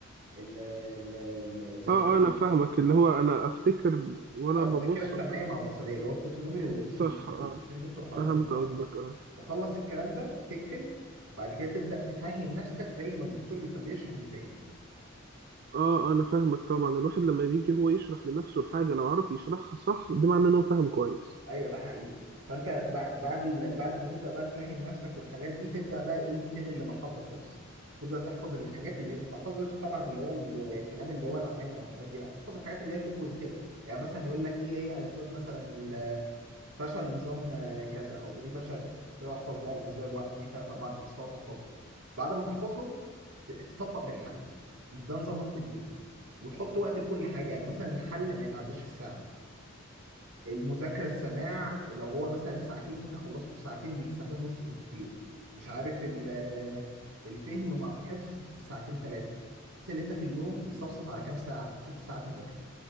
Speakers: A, on the right; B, on the right.
A: ال- ال- ال- الذاكره
B: اه اه انا فاهمك
A: <laughs>
B: اللي هو انا افتكر وانا
A: اه الذاكره
B: ببص
A: السمعيه
B: ف
A: مع البصريه اللي هو الفوتو ميموري والايديتور
B: صح
A: ميموري
B: اه
A: الاثنين دول ترحيباتهم
B: فهمت
A: ببعض
B: قصدك اه
A: تخلص الكلام ده تقفل بعد كده تبدا تفهم نفسك زي ما الدكتور اللي كان بيشرح بيفهمك
B: اه انا فاهمك طبعا الواحد لما بيجي هو يشرح لنفسه الحاجة لو عرف يشرحها صح ده معناه ان هو فاهم كويس
A: ايوه ده حقيقي فانت بع- بعد ال... بعد ما تبدا بقى تفهم نفسك والحاجات دي تبدا بقى ايه تنقل لمرحله الحفظ تبدا تحفظ الحاجات اللي انت تحفظش طبعا اللي هو الكلام اللي هو العام او الحاجات دي لا تحفظ الحاجات اللي هي في بوينتات يعني مثلا يقول لك ايه هي اسباب مثلا ال- فشل نظام آه، كذا او في ايه فشل تروح احفظ بقى الاسباب 1 2 3 4 5 تقعد تحفظهم بعد ما تحفظهم ت- تطبق بالحل ده نظامك في اليوم وتحط وقت لكل حاجه يعني مثلا الحل ما يتعداش الساعه المذاكرة السماع لو هو مثلا ساعتين تخلصه في ساعتين بي- ساعتين ونص بالكتير مش عارف ال- الفهم مع الحفظ ساعتين ثلاثة بحيث ان انت في اليوم يصفصف على كام ساعة ست ساعات مذاكرة